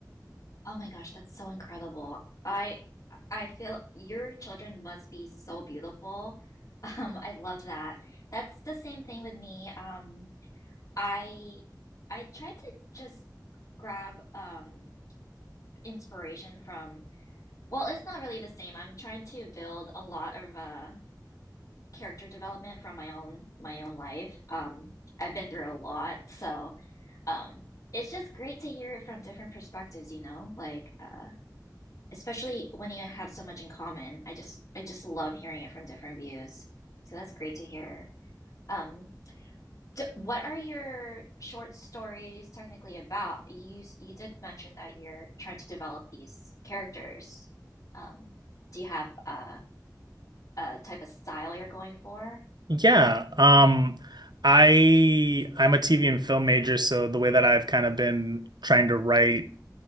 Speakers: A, on the left; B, on the right.
A: Oh my gosh, that's so incredible. I I feel your children must be so beautiful. <laughs> Um, I love that. That's the same thing with me. Um, I I try to just grab um inspiration from, well, it's not really the same. I'm trying to build a lot of uh character development from my own my own life. Um, I've been through a lot, so um it's just great to hear it from different perspectives, you know? Like uh especially when you have so much in common. I just I just love hearing it from different views. So that's great to hear. Um, d what are your short stories technically about? You you did mention that you're trying to develop these characters. Um, do you have a, a type of style you're going for?
B: Yeah, um, I I'm a TV and film major, so the way that I've kind of been trying to write